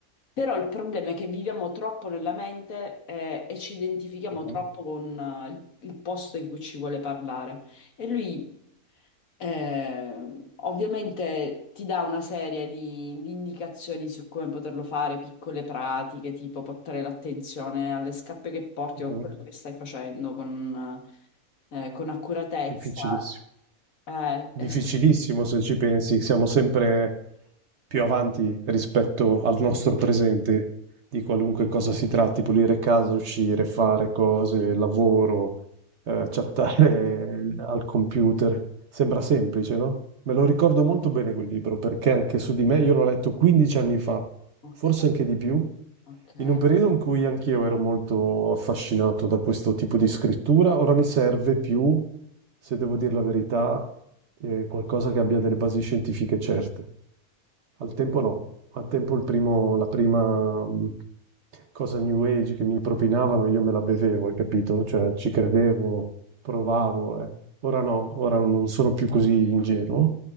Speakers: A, on the left (about 65°); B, on the right (about 55°).
A: Però il problema è che viviamo troppo nella mente eh, e ci identifichiamo
B: mhm,
A: troppo con eh, il, il posto in cui ci vuole parlare. E lui eh, ovviamente ti dà una serie di, di indicazioni su come poterlo fare, piccole pratiche, tipo portare l'attenzione alle scarpe che porti
B: mhm.
A: o a quello che stai facendo con, eh, con accuratezza.
B: Difficilissimo.
A: Eh,
B: Difficilissimo
A: eh sì,
B: se ci pensi, siamo sempre più avanti rispetto al nostro presente, di qualunque cosa si tratti, pulire casa, uscire, fare cose, lavoro, eh, chattare <laughs> al computer. Sembra semplice, no? Me lo ricordo molto bene quel libro, perché anche su di me io l'ho letto 15 anni fa,
A: ok,
B: forse anche di più,
A: ok.
B: in un periodo in cui anch'io ero molto affascinato da questo tipo di scrittura. Ora mi serve più, se devo dire la verità, eh, qualcosa che abbia delle basi scientifiche certe. Al tempo no, al tempo il primo- la prima mh, cosa New Age che mi propinavano io me la bevevo, hai capito? Cioè ci credevo, provavo. eh. Ora no, ora non sono più così ingenuo,